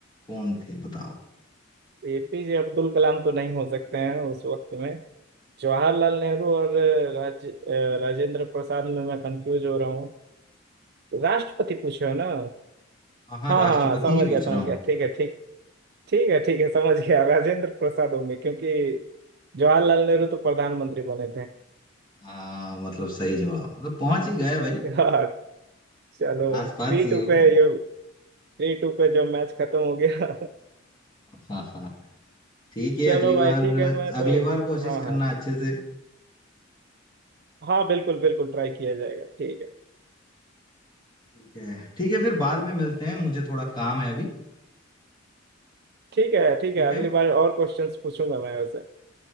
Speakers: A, on the left; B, on the right.
A: कौन थे बताओ
B: एपीजे अब्दुल कलाम तो नहीं हो सकते हैं उस वक्त में जवाहरलाल नेहरू और राज अ, राजेंद्र प्रसाद में मैं कंफ्यूज हो रहा हूँ राष्ट्रपति पूछे हो ना
A: हाँ हाँ
B: हाँ
A: राष्ट्रपति
B: हाँ हाँ, समझ
A: ही पूछ
B: गया समझ
A: रहा हूँ
B: गया ठीक है ठीक ठीक है ठीक है समझ गया राजेंद्र प्रसाद होंगे क्योंकि जवाहरलाल नेहरू तो प्रधानमंत्री बने थे
A: हाँ मतलब सही जवाब मतलब पहुंच ही गए भाई
B: <laughs> हाँ चलो
A: आसपास
B: थ्री
A: ही
B: टू
A: हो
B: पे ये थ्री टू पे जो मैच खत्म हो गया
A: <laughs> हाँ हाँ ठीक
B: <laughs>
A: है
B: चलो
A: अगली
B: भाई
A: बार
B: ठीक है मैं तो
A: अगली बार कोशिश
B: हाँ
A: करना
B: हाँ
A: अच्छे से
B: हाँ बिल्कुल बिल्कुल ट्राई किया जाएगा ठीक है
A: ठीक है ठीक है फिर बाद में मिलते हैं मुझे थोड़ा काम है अभी
B: ठीक है ठीक है
A: ओके
B: अगली बार और क्वेश्चंस पूछूंगा मैं वैसे